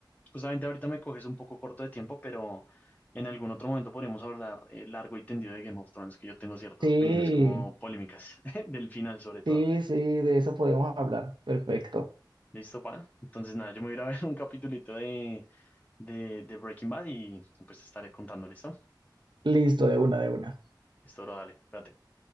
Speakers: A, on the left (about 20°); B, on the right (about 80°).
A: Justamente ahorita me coges un poco corto de tiempo, pero en algún otro momento podríamos hablar eh, largo y tendido de Game of Thrones, que yo tengo ciertas
B: Sí,
A: opiniones como polémicas, <laughs> del final sobre todo.
B: sí, sí, de eso podemos hablar. Perfecto.
A: ¿Listo, pa? Entonces nada, yo me voy a ir a ver un capitulito de, de, de Breaking Bad y pues te estaré contando, ¿listo?
B: Listo, de una, de una.
A: Listo, bro, dale, espérate.